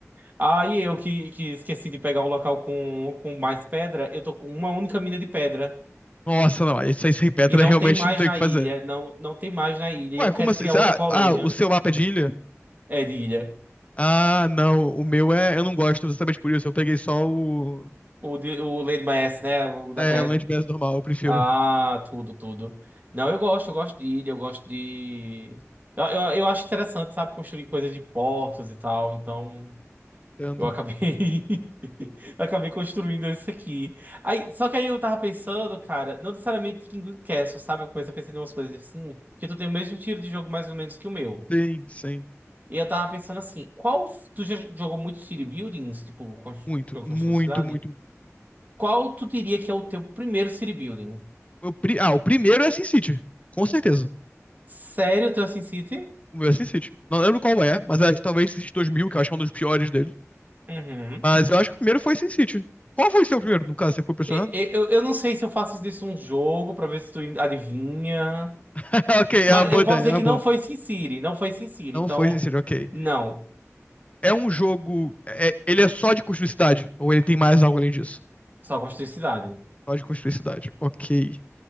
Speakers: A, on the right; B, on the left.
A: Ah, e eu que, que esqueci de pegar um local com, com mais pedra, eu tô com uma única mina de pedra.
B: Nossa, não, isso aí sem pedra
A: E não
B: realmente
A: tem mais
B: não tem
A: na
B: o que fazer.
A: ilha. Não, não tem mais na ilha. E
B: Ué,
A: eu não
B: como
A: quero
B: assim?
A: criar outra
B: Ah,
A: colônia.
B: ah, o seu mapa é de ilha?
A: É de ilha.
B: Ah, não, o meu é. Eu não gosto exatamente por isso. Eu peguei só o.
A: O, de, o Lady Maes, né? O da
B: É,
A: Terra.
B: Land Mass normal, eu prefiro.
A: Ah, tudo, tudo. Não, eu gosto, eu gosto de ilha, eu gosto de. Eu, eu, eu acho interessante, sabe? Construir coisas de portos e tal. Então,
B: Entendo.
A: eu acabei. <laughs> acabei construindo isso aqui. Aí, só que aí eu tava pensando, cara, não necessariamente King Castle, sabe? Eu comecei a pensar em umas coisas assim, que tu tem o mesmo tiro de jogo mais ou menos que o meu.
B: Sim, sim.
A: E eu tava pensando assim, qual. Tu já jogou muito city buildings, tipo, constru-
B: Muito,
A: jogo
B: muito,
A: de construção de cidade?
B: muito.
A: Qual tu diria que é o teu primeiro city building?
B: Eu pri- Ah, o primeiro é SimCity, com certeza.
A: Sério, o teu SimCity?
B: O meu é SimCity. Não lembro qual é, mas é talvez SimCity 2000, que eu acho que é um dos piores deles.
A: Uhum.
B: Mas eu acho que o primeiro foi Sin City. Qual foi o seu primeiro, no caso? Você ficou impressionado?
A: E- e- Eu, eu não sei se eu faço disso um jogo pra ver se tu adivinha.
B: <laughs> Ok,
A: Mas
B: é uma boa
A: eu
B: ideia,
A: posso dizer
B: é uma
A: que
B: boa.
A: não foi SimCity, não foi SimCity.
B: Não
A: Então,
B: foi Sin City, ok.
A: não.
B: É um jogo. é- ele é só de construir cidade? Ou ele tem mais algo além disso?
A: Só construir cidade.
B: Só de construir cidade, ok.